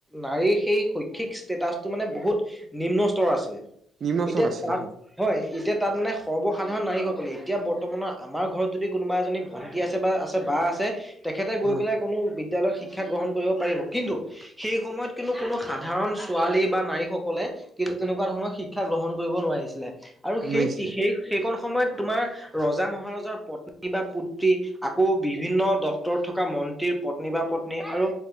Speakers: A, in the centre; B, on the right.
A: নাৰীৰ সেই শৈক্ষিক ষ্টেটাচটো মানে বহুত নিম্ন স্তৰৰ আছিলে।
B: নিম্ন
A: এতিয়া
B: স্তৰত আছিলে
A: তাত হয়, এতিয়া তাত মানে সৰ্বসাধাৰণ নাৰীসকলে এতিয়া বৰ্তমানৰ আমাৰ ঘৰত যদি কোনোবা এজনী ভণ্টি আছে বা আছে বা আছে, তেখেতে গৈ
B: হয়
A: পেলাই কোনো বিদ্যালয়ত শিক্ষা গ্ৰহণ কৰিব পাৰিব, কিন্তু সেই সময়ত কিন্তু কোনো সাধাৰণ ছোৱালী বা নাৰীসকলে কিন্তু তেনেকুৱা ধৰণৰ শিক শিক্ষা গ্ৰহণ কৰিব নোৱাৰিছিলে, আৰু সেই
B: নোৱাৰিছিলে
A: সেই সেইকণ সময়ত তোমাৰ ৰজা মহাৰজাৰ পত্নী বা পুত্ৰী, আকৌ বিভিন্ন দপ্তৰত থকা মন ন্তীৰ পত্নী বা পত্নী আৰু